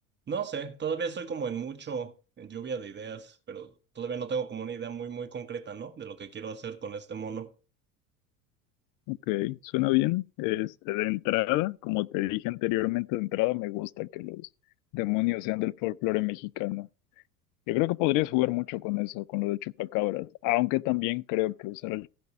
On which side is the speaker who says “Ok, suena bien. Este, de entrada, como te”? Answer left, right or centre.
Left